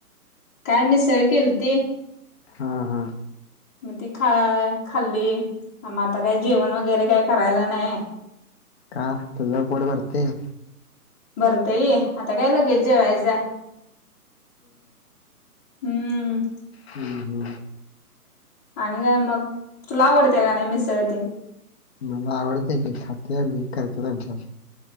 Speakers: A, on the left (about 25°); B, on the left (about 40°).
A: काय मिसळ केलती
B: हा हा,
A: मग ती खा खाल्ली आता काही जेवण वगैरे काय करायला नाही.
B: का तुझं पोट भरतेय.
A: बरतेय ई. आता काय लगेच जेवायचंय हाय हम्म.
B: हम् हम्.
A: आणि काय मग तुला आवडते का नाही मिसळते न.
B: मला आवडत्या की खातोय मी करतो आच्यात.